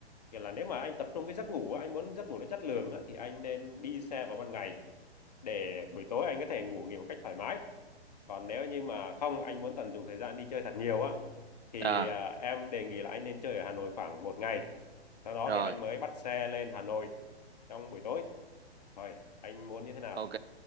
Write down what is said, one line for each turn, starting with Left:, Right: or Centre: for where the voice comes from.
Left: nghĩa là nếu mà anh tập trung cái giấc ngủ á, anh muốn giấc ngủ nó chất lượng á, thì anh nên đi xe vào ban ngày để buổi tối anh có thể ngủ nghỉ một cách thoải mái còn nếu như mà không anh muốn tận dụng thời gian đi chơi thật nhiều á thì
Right: à
Left: à, em đề nghị là anh nên chơi ở Hà Nội khoảng một ngày sau đó
Right: rồi
Left: thì anh mới bắt xe lên Hà Nội trong buổi tối thôi anh muốn như thế nào
Right: ok